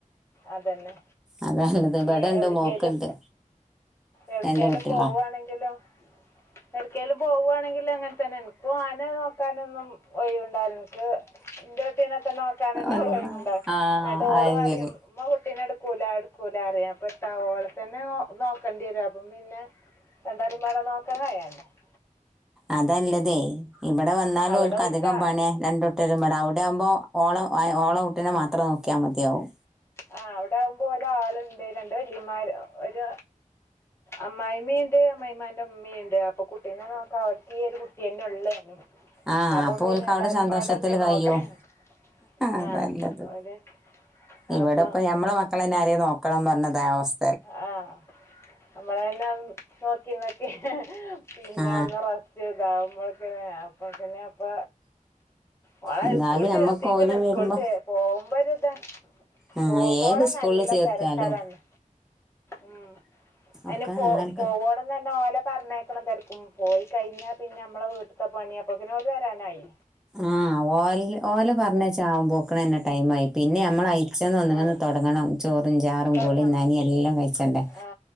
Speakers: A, on the left; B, in the centre.
A: അതന്നെ
B: അതല്ലത് ഇവിടെ
A: നി
B: ഉണ്ട്
A: എവിടക്കേലും
B: മോക്കുണ്ട്
A: എവിടക്കേലും
B: രണ്ട് കുട്ടികളാ
A: പോകുവാണെങ്കിലും എവിടക്കേലും പോവുവാണ എങ്കിലും അങ്ങനെ തന്നെണ് ഓആനെ നോക്കാനൊന്നും ഒഴിവ് എന്ക് ൻറെ കുട്ടിനെ തന്നെ നോക്കാൻ
B: അന്നാ
A: ഒഴിവുണ്ടോ
B: ആ
A: എന്നിട്ട് ഓള്
B: അത്
A: പറയും
B: ശരി
A: ഉമ്മ കുട്ടീനെ എടുക്കൂല എടുക്കൂല അറിയാം പെട്ട ഓളെ തന്നെ നോക്കേണ്ടി വരും അപ്പം പിന്നെ <unintelligible>
B: അതല്ലതെ ഇവിടെ വന്നാലും
A: അവിടെ
B: ഓൽക്ക്
A: ഒരുക്ക
B: അധികം പണി രണ്ടുട്ടരും <unintelligible> ഇതാകുമ്പോ ഓളോ ഐ ഓളൊ ഒന്നിനെ മാത്രം നോക്കിയാൽ മതിയാവും
A: ആ അവിടെ ആവുമ്പോ ഒരാളുണ്ട് രണ്ട് വല്ലൃയമാര് ഒരു അമ്മായിമ്മണ്ട് അമ്മായിയമാന്റെ ഉമ്മയുണ്ട് അപ്പൊ കുട്ടീനെ നോക്കാ അവർക്ക് ഈ ഒരു കുട്ടീനെ ഉള്ളേനും
B: ആ
A: അപ്പം
B: അപ്പോൽക്ക്
A: പിന്നെ എല്ലാവരും
B: അവിടെ സന്തോഷത്തിൽ
A: പാടെ ഉണ്ട്
B: കയൃം
A: നോക്കാൻ
B: അതല്ലത്
A: ആ ഓല്
B: ഇവിടെ
A: അപ്പോൾ
B: ഇപ്പ ഞമ്മളെ മക്കളെ പിരെേ നോക്കണം പറഞ്ഞത് അവസ്ഥ
A: ആഹ നമ്മളല്ലാം നോക്കി നോക്കി പിന്നെ
B: ആ
A: ഒന്ന് റസ്റ്റ് ചെയ്തും നമ്മൾക്കെ അപ്പ പിന്നെപ്പ വളെ
B: എന്നാലും
A: സ്കൂള
B: നമ്മക്ക്
A: ചേർത്തിക്കണ്
B: ഓല് വരുമ്പോ
A: സ്കൂളിച്ച പോകുമ്പോ കുത്ത
B: ആ
A: കോഗോളം
B: ഏത് സ്കൂളിൽ
A: നല്ല
B: ചേർത്താലും
A: തിരക്കാരാണ് മ്
B: ഒക്കെ
A: അതി പോ
B: നല്ലവർക്ക്
A: പോവണം തന്ന ഓലെ പറഞ്ഞേക്കണം തിരക്കും പോയി കഴിഞ്ഞാൽ പിന്നെ നമ്മളെ വീട്ടത്തെ പണിയപ്പക്കിനോട് വരാനായി
B: ആ ഓല ഓല പറഞ്ഞച്ച ആവ പോോക്കണന്നെ ടൈം ആയി പിന്നെ നമ്മ
A: ആ
B: ഒന്ന തുടങ്ങ ചോറുംാറുംളി
A: തുടങ്ങാം
B: നാന എല്ലാം കഴിച്ച
A: ആ